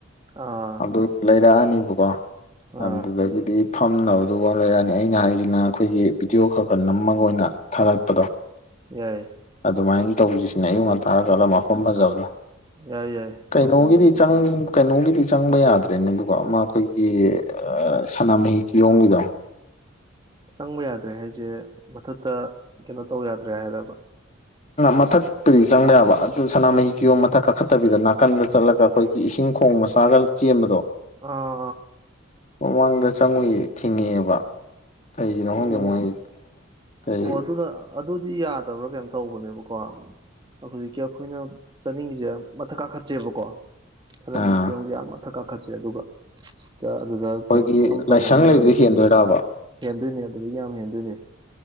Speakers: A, on the right (about 20°); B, on the left (about 35°).
A: ꯑꯥ
B: ꯑꯗꯨ ꯂꯩꯔꯛꯑꯅꯤꯕꯀꯣ
A: ꯑꯥ
B: ꯑꯗꯨꯗꯒꯤꯗꯤ ꯐꯝꯅꯕꯗꯨꯒ ꯂꯩꯔꯛꯑꯅꯤ ꯑꯩꯅ ꯍꯥꯏꯁꯤꯅ ꯑꯩꯈꯣꯏꯒꯤ ꯚꯗꯤꯑꯣ ꯈꯔ ꯈꯔ ꯅꯝꯃꯒ ꯑꯣꯏꯅ ꯊꯥꯒꯠꯄꯗꯣ
A: ꯌꯥꯏ
B: ꯑꯗꯨꯃꯥꯏꯅ ꯇꯧꯁꯤꯁꯤꯅꯦ ꯑꯌꯨꯛ ꯉꯟ ꯇꯥ ꯇꯥꯂ
A: ꯌꯥꯏ
B: ꯃꯐꯝ ꯐꯖꯕꯗꯣ
A: ꯌꯥꯏ ꯌꯥꯏ
B: ꯀꯩꯅꯣꯒꯤꯗꯤ
A: ꯇꯧꯁꯟꯁꯦ ꯇꯧꯁꯟꯁꯦ
B: ꯆꯪ ꯀꯩꯅꯣꯒꯤꯗꯤ ꯆꯪꯕ ꯌꯥꯗ꯭ꯔꯦꯅꯦ ꯑꯗꯨꯒ ꯑꯃ ꯑꯩꯈꯣꯏꯒꯤ ꯁꯅꯥꯃꯍꯤ ꯀꯤꯌꯣꯝꯒꯤꯗꯣ
A: ꯆꯪꯕ ꯌꯥꯗ꯭ꯔꯦ ꯍꯥꯏꯁꯦ ꯃꯊꯛꯇ ꯀꯩꯅꯣ ꯇꯧꯕ ꯌꯥꯗ꯭ꯔꯦ ꯍꯥꯏꯔꯕ
B: ꯃꯊꯛꯄꯨꯗꯤ ꯆꯪꯕ ꯌꯥꯕ ꯑꯗꯨ ꯁꯅꯥꯃꯍꯤ ꯀꯤꯌꯣꯝ ꯃꯊꯛ ꯀꯥꯈꯠꯇꯕꯤꯗ ꯅꯥꯀꯟꯗ ꯆꯠꯂꯒ ꯑꯩꯈꯣꯏ ꯏꯁꯤꯡ ꯈꯣꯡ ꯃꯁꯥꯒ ꯆꯦꯟꯕꯗꯣ
A: ꯑ
B: ꯃꯃꯥꯡꯗ ꯆꯪꯉꯨꯏ ꯊꯤꯡꯉꯛꯑꯦꯕ ꯀꯩꯒꯤꯅꯣ
A: ꯑꯣ
B: ꯈꯪꯒꯦ ꯃꯣꯏ ꯀꯩ
A: ꯑꯣ ꯑꯗꯨꯅ ꯑꯗꯨꯗꯤ ꯌꯥꯗꯕ꯭ꯔꯥ ꯀꯩꯅꯣꯝ ꯇꯧꯕꯅꯦꯕꯀꯣ ꯍꯧꯖꯤꯛꯀꯤ ꯑꯩꯈꯣꯏꯅ ꯆꯠꯅꯤꯡꯉꯤꯁꯦ ꯃꯊꯛ ꯀꯥꯈꯠꯁꯦꯕꯀꯣ ꯁꯅꯥꯃꯍꯤ
B: ꯑꯥ
A: ꯀꯤꯌꯣꯝꯒꯤ ꯑꯥ ꯃꯊꯛ ꯀꯥꯈꯠꯁꯦ ꯑꯗꯨꯒ ꯑꯗꯨꯗ
B: ꯑꯩꯈꯣꯏꯒꯤ
A: ꯀꯦꯝꯄꯤꯡ ꯑꯃ ꯇꯧꯕ
B: ꯂꯥꯏꯁꯪ
A: ꯑꯃ
B: ꯂꯩꯕꯗꯨ
A: ꯂꯩꯌꯦꯕ
B: ꯍꯦꯟꯗꯣꯏꯔꯕ
A: ꯍꯦꯟꯗꯣꯏꯅꯦ ꯑꯗꯨꯗꯒꯤ ꯌꯥꯝ ꯍꯦꯟꯗꯣꯏꯅꯦ